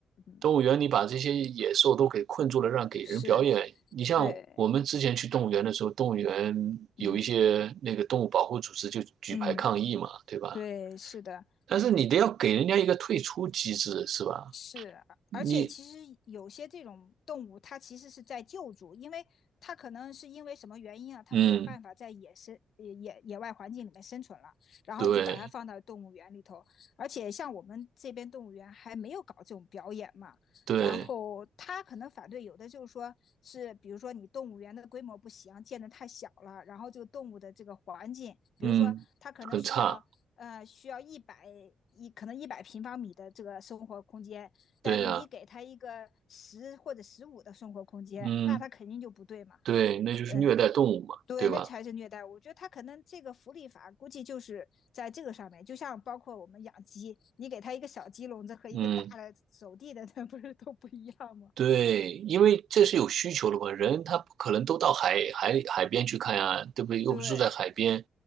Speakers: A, on the left (about 65°); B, on the right (about 70°).
A: 嗯，
B: 动物园里把这些野兽都给困住了，让给人表演。
A: 是，
B: 你像我们之前去动物园的时候，
A: 对，
B: 动物园有一些那个动物保护组织就举牌抗议嘛，
A: 嗯嗯，
B: 对吧？
A: 对，是的，
B: 但是你得要给人家一个退出机制，是吧？
A: 是，
B: 你，
A: 而且其实有些这种动物，它其实是在救助，因为它可能是因为什么原因啊，它没有办法在野生、
B: 嗯，
A: 野野野外环境里面生存了，然后就把它放到动物园里头。
B: 对
A: 而且像我们这边动物园还没有搞这种表演嘛，
B: 对，
A: 然后他可能反对有的就是说是，比如说你动物园的规模不行，建得太小了，然后这个动物的这个环境，比如说它可能需要呃，
B: 嗯，很差，
A: 需要一百一可能一百平方米的这个生活空间，但是你给他一个十或者十五的生活空间，
B: 对呀，嗯，
A: 那他肯定就不对嘛。
B: 对，那就是虐待动物嘛，
A: 嗯，对，
B: 对吧？
A: 那才是虐待。我觉得他可能这个福利法估计就是在这个上面，就像包括我们养鸡，你给他一个小鸡笼子和一个大的走地的，
B: 嗯。
A: <laughs> 那不是都不一样吗？
B: 对，因为这是有需求的嘛，人他不可能都到海海海边去看呀，对不对？又不住在海边，
A: 对，